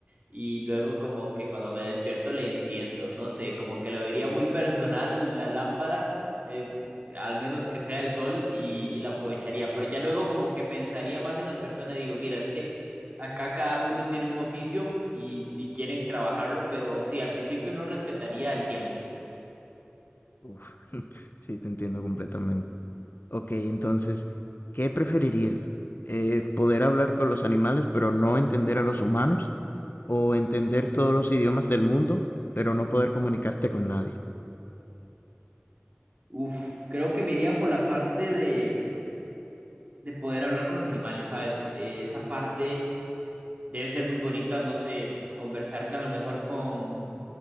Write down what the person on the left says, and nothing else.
Uf, <laughs> sí, te entiendo completamente. Ok, entonces, ¿qué preferirías? Eh, ¿poder hablar con los animales, pero no entender a los humanos? ¿O entender todos los idiomas del mundo, pero no poder comunicarte con nadie?